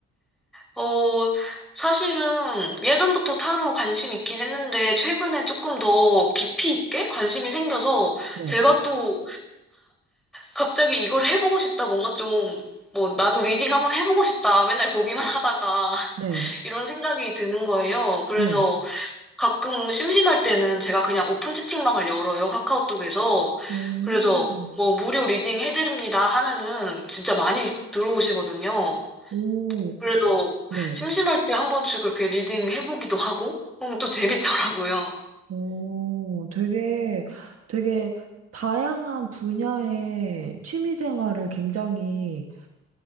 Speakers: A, in the centre; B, on the right.
A: 어, 사실은 예전부터 타로 관심 있긴 했는데 최근에 조금 더 깊이 있게 관심이 생겨서
B: 네,
A: 제가 또 갑자기 이걸 해보고 싶다, 뭔가 좀, 뭐, 나도 리딩 한번 해보고 싶다, 맨날 보기만 하다가, <laughs>
B: 네,
A: 이런 생각이 드는 거예요. 그래서
B: 네,
A: 가끔 심심할 때는 제가 그냥 오픈 채팅방을 열어요, 카카오톡에서.
B: 오,
A: 그래서 뭐, 무료 리딩 해드립니다 하면은 진짜 많이 들어오시거든요.
B: 오,
A: 그래서
B: 네.
A: 심심할 때 한 번씩 그렇게 리딩 해보기도 하고, 그럼 또 재밌더라고요.
B: 오, 되게, 되게 다양한 분야의 취미 생활을 굉장히